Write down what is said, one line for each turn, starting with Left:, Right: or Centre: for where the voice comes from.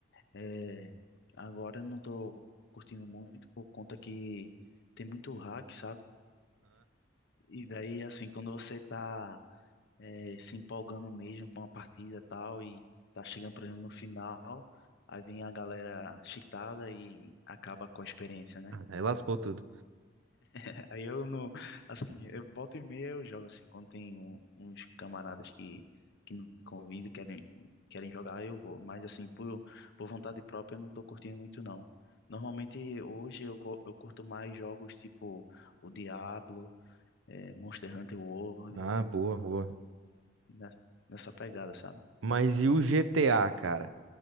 Left: é, agora eu não tô curtindo muito por conta que tem muito hack, sabe? E daí, assim, quando você tá eh, se empolgando mesmo com uma partida e tal, e tá chegando, por exemplo, no final, aí vem a galera cheatada e acaba com a experiência, né?
Right: Ah, Aí lascou tudo.
Left: <laughs> Aí eu não, assim, eu volta e meia eu jogo assim, quando tem um- uns camaradas que, que me convidam, querem, querem jogar, aí eu vou, mas assim, por, por vontade própria eu não tô curtindo muito não. Normalmente hoje eu, go- eu curto mais jogos tipo o Diablo, eh, Monster Hunter World,
Right: Ah, boa, boa.
Left: né? nessa pegada, sabe?
Right: Mas e o GTA, cara?